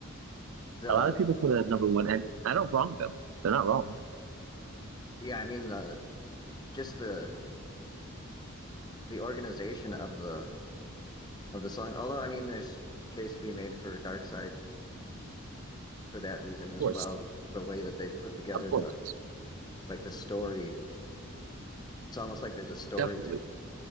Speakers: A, on the left (about 20°); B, on the right (about 70°).
A: the
B: A lot of people put it at number one, and I don't wrong them. They're not wrong. Of
A: yeah I mean the just the the organization of the of the song. Although I mean there's case to be made for Dark Side for that reason as
B: course.
A: well. The way that they put together
B: Of course.
A: the like the story. It's almost like there's a story
B: Definitely.
A: through.